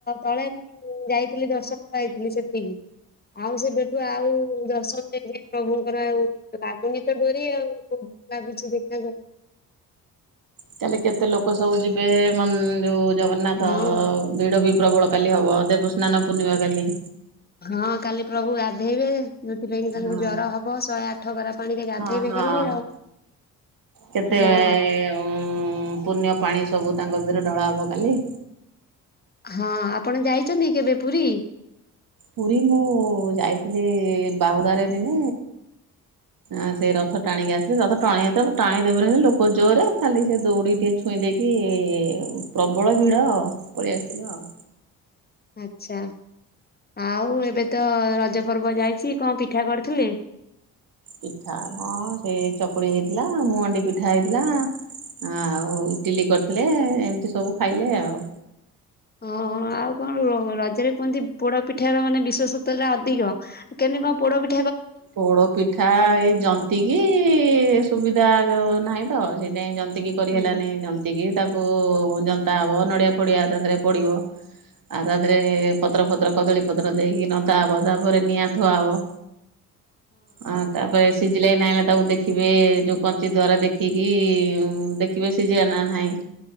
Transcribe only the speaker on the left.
ତଳେ ମୁଁ ଯାଇଥିଲି ଦର୍ଶନ ପାଇଥିଲି ସେତିକି ଆଉ ସେବେଠୁ ଆଉ ଦର୍ଶନ ଦେଇକି ପ୍ରଭୁଙ୍କର ଆଉ ଲାଗୁନି ତ ଡୋରି ଆଉ ଭାବିଛି ଦେଖି
ହଁ
ହଁ କାଲି ପ୍ରଭୁ ଗାଧେଇବେ। ଯଉଥିପାଇଁ କି
ତାଙ୍କୁ ଜର ହବ ଶହେ ଆଠ ଗରା ପାଣିରେ ଗାଧେଇବେ
କାଲି ଆଉ
ହଁ
ହଁ ଆପଣ ଯାଇଛନ୍ତି କେବେ ପୁରୀ?
ଆଚ୍ଛା। ଆଉ ଏବେ ତ ରଜ ପର୍ବ ଯାଇଛି କଣ ପିଠା କରିଥିଲ?
ଓହୋ ଆ ଆଉ କଣ ରଜରେ କୁହନ୍ତି ପୋଡ ପିଠା ର ମାନେ ବିଶ୍ୱେଷତ ଟା ଅଧିକ। କେମିତି କଣ ପୋଡପିଠା?
ହୁଁ